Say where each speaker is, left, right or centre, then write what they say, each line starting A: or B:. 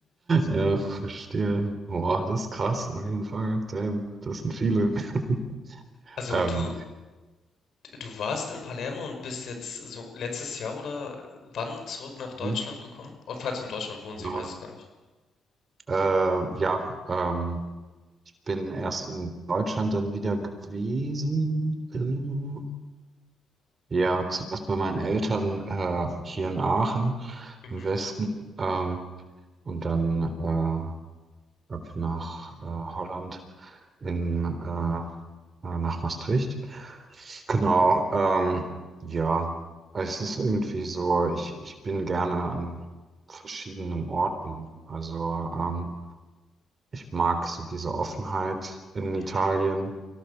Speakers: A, on the right; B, on the left.
A: Ja, verstehe. Boah, das ist krass, auf jeden Fall. Damn, das sind viele. <laughs>
B: Also
A: Ähm,
B: du du warst in Palermo und bist jetzt so letztes Jahr oder wann zurück nach Deutschland
A: mhm,
B: gekommen? Und falls du in Deutschland wohnst,
A: genau.
B: ich weiß es gar nicht.
A: äh, ja, ähm, Ich bin erst in Deutschland dann wieder gewesen. ähm, Ja, zuerst bei meinen Eltern äh, hier in Aachen
B: Mhm,
A: im Westen ähm, und dann äh, ab nach äh, Holland in äh, äh, nach Maastricht. Genau, ähm, ja, es ist irgendwie so, ich, ich bin gerne an verschiedenen Orten. Also ähm, ich mag so diese Offenheit in Italien.
B: mhm,